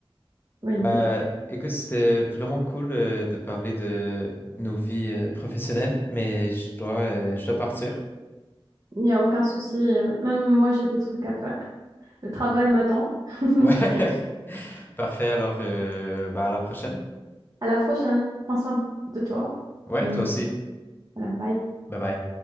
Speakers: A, on the right; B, on the left.
A: Oui,
B: bah, écoute, c'était vraiment cool euh, de parler de nos vies euh, professionnelles, mais je dois, euh, je dois partir.
A: il n'y a aucun souci. Même moi, j'ai des trucs à faire. Le travail m'attend. <laughs>
B: Ouais, <laughs> parfait. Alors, euh, bah, à la prochaine.
A: À la prochaine. Prends soin de toi.
B: Ouais,
A: Et
B: toi aussi.
A: voilà, bye.
B: Bye bye.